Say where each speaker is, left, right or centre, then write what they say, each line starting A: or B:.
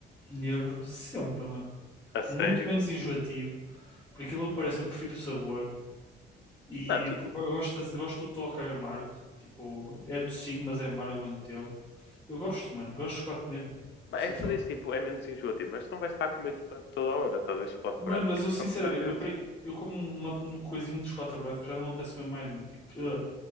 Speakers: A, on the left; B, on the left.
A: negro sempre, mano.
B: A sério,
A: Muito menos
B: mano.
A: enjoativo, por aquilo que parece, eu prefiro o sabor. E
B: Mano, tu,
A: eu gosto, de- gosto do toque amargo, tipo, é docinho, mas é amargo ao mesmo tempo. Eu gosto, mano, gosto de chocolate negro,
B: é
A: sou
B: que
A: fã.
B: tu dizes, tipo, é menos enjoativo, mas tu não vais estar a comer, tipo, a toda hora, talvez chocolate
A: Mano,
B: branco,
A: mas
B: tipo,
A: eu sinceramente,
B: só comes às vezes.
A: eu, pe- eu como uma, um coisinho de chocolate branco, já não me apetece comer mais, mano, tipo, ugh.